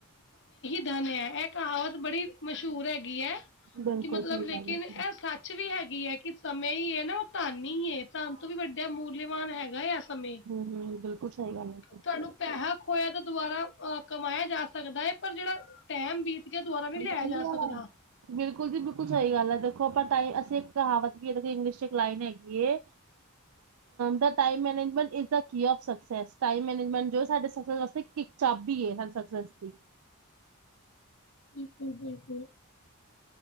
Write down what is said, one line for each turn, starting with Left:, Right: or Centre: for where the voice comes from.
Left: ਦ ਨ ਐ ਕਹਾਵਤ ਬੜੀ ਮਸ਼ਹੂਰ ਹੈਗੀ ਐ
Right: ਬਿਲਕੁਲ
Left: ਕਿ ਮਤਲਬ
Right: ਸਹੀ
Left: ਲੇਕਿਨ
Right: ਗੱਲ ਹੈ
Left: ਐ ਸੱਚ ਕੁਛ ਵੀ ਹੈਗੀ ਹੈ ਕਿ ਸਮੇਂ ਈ ਐ ਧੰਨ ਈ ਓ ਧੰਨ ਈ ਐ ਧੰਨ ਤੋਂ ਵੀ ਵੱਡਾ ਮੂਲ ਲੇ ਮਾਨ ਹੈਗਾ ਐ ਸਮੇਂ
Right: ਬਿਲਕੁਲ ਸਈ ਗੱਲ ਏ।
Left: ਤੁਹਾਨੂੰ ਪੈਸਾ ਖੋਇਆ ਤਾਂ ਦੁਬਾਰਾ ਅਹ ਕਮਾਇਆ ਜਾ ਸਕਦਾ ਹੈ ਪਰ ਜਿਹੜਾ ਟੈਮ ਬੀਤ ਗਿਆ ਦੁਬਾਰਾ
Right: <unintelligible>
Left: ਨਹੀਂ ਲਿਆਇਆ ਜਾ ਸਕਦਾ
Right: ਬਿਲਕੁਲ ਜੀ, ਬਿਲਕੁਲ। ਸਹੀ ਗੱਲ ਆ, ਦੇਖੋ! ਆਪਾ ਰ ਤਾਂ ਅਸੀਂ ਕਹਾਵਤ ਵੀ ਹੈ, ਇੰਗਲਿਸ਼ ਚ ਇੱਕ ਲਾਈਨ ਹੈਗੀ ਏ।
Left: <inaudible>
Right: ਦਾ time management is the key of success, time management ਜੋ ਸਾਡੇ ਸਫਲ ਵਾਸਤੇ ਇੱਕ ਚਾਬੀ ਏ, ਹਰ ਸਕਸੇਸ ਦੀ
Left: ਬਿਲਕੁਲ, ਬਿਲਕੁਲ